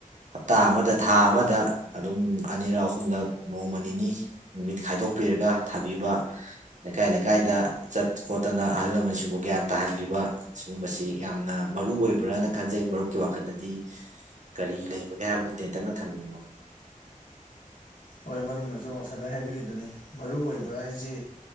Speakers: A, on the right (about 60°); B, on the left (about 75°).
A: ꯍꯞꯇꯥ ꯑꯃꯗ ꯊꯥ ꯑꯃꯗ ꯑꯗꯨꯝ ꯑꯅꯤꯔꯛ ꯑꯍꯨꯝꯂꯛ ꯅꯣꯡꯃ ꯅꯤꯅꯤ ꯅꯨꯃꯤꯠ ꯈꯥꯏꯗꯣꯛꯄꯤꯔꯒ ꯊꯥꯕꯤꯕ꯫ ꯂꯩꯀꯥꯏ ꯂꯩꯀꯥꯏꯗ ꯆꯠ ꯈꯣꯠꯇꯅ ꯑꯍꯜ ꯂꯃꯟꯁꯤꯡꯕꯨ ꯒ꯭ꯌꯥꯟ ꯇꯥꯍꯟꯕꯤꯕ꯫ ꯁꯤꯒꯨꯝꯕꯁꯤ ꯌꯥꯝꯅ ꯃꯔꯨ ꯑꯣꯏꯕ꯭ꯔꯅ ꯈꯟꯖꯩ ꯃꯔꯨꯞꯀꯤ ꯋꯥꯈꯟꯗꯗꯤ ꯀꯔꯤ ꯂꯩꯕꯒꯦ ꯍꯥꯏꯕꯗꯨ ꯇꯦꯟꯇꯛꯅ ꯊꯝꯕꯤꯌꯨ ꯃꯔꯨꯞ꯫
B: ꯍꯣꯏ ꯃꯔꯝꯅꯁꯨ ꯉꯁꯥꯏꯗꯩ ꯍꯥꯏꯕꯤꯔꯤꯗꯨꯅꯤ ꯃꯔꯨ ꯑꯣꯏꯕ ꯍꯥꯏꯁꯤ